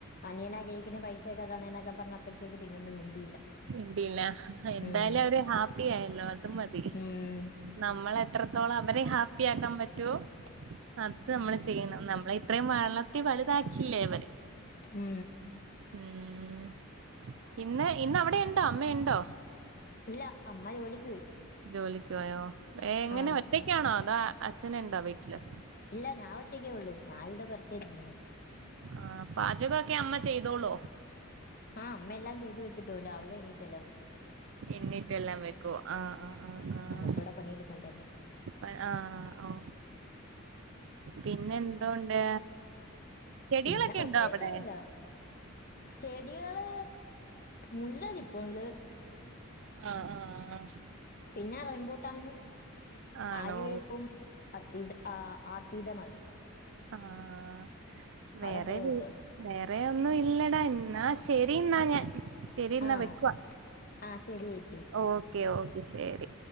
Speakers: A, on the left (about 45°); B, on the right (about 65°).
A: അനിയനാ കേക്ക് ന് പൈസയൊക്കെ തന്നേ ന്നൊക്കെ പറഞ്ഞപ്പോഴത്തേക്ക് പിന്നൊന്നും മിണ്ടിയില്ല
B: മിണ്ടിയില്ല എന്തായാലും
A: ഉം
B: അവര് ഹാപ്പി ആയില്ലോ അതും മതി
A: ഉം
B: നമ്മള് എത്രത്തോളം അവരെ ഹാപ്പി ആക്കാൻ പറ്റോ അത് നമ്മള് ചെയ്യണം നമ്മളെ ഇത്രയും വളർത്തി വലുതാക്കിയില്ലേ അവര്
A: ഉം
B: ഉം ഇന്ന് ഇന്ന് അവിടെയുണ്ടോ അമ്മയുണ്ടോ
A: ഇല്ല അമ്മ ജോലിക്ക് പോയി
B: ജോലിക്കോയോ ഏ എങ്ങനെ
A: ആഹ്
B: ഒറ്റയ്ക്കാണോ അതോ അച്ഛനുണ്ടോ വീട്ടില്
A: ഇല്ല ഞാൻ ഒറ്റക്കേ ഉള്ളൂ ഞാനിവിടെ വെറുതെ ഇരിക്കുന്നു
B: ആഹ് പാചക ഒക്കെ അമ്മ ചെയ്തോളോ
A: ആഹ് അമ്മ എല്ലാം ചെയ്ത് വെച്ചിട്ട് പൊകും രാവിലെ എണീറ്റ് എല്ലാം വെക്കും
B: എണീറ്റ് എല്ലാം വെക്കും ആഹ് ആഹ് ആഹ്
A: നമ്മുക്കിവിടെ പണിയെടുക്കണ്ടല്ലോ
B: ആഹ് ആഹ് ഔ പിന്നെ എന്തോണ്ട് ചെടികളൊക്കെ
A: പിന്നെ പ്രത്യേകിച്ചൊന്നുല്ല.
B: ഉണ്ടോ അവിടെ
A: ചെടികള് മുള്ളതിപ്പോ ള്ള്
B: ആഹ് ആഹ് ആ
A: പിന്നെ റംബുട്ടാനും
B: ആണോ
A: ആര്യവേപ്പും അത്തീത ആഹ് ആതീത മറി
B: ആഹ് വേറെ
A: അതത്രേ
B: രു
A: ഉള്ളൂ
B: വേറെ ഒന്നും ഇല്ലടാ ഇന്നാ ശരി ന്നാ ഞാൻ ശരി ന്നാ
A: ആഹ്
B: വെക്കുവാ
A: ആഹ് ശരി ചേച്ചി
B: ഓക്കെ ഓക്കെ ശരി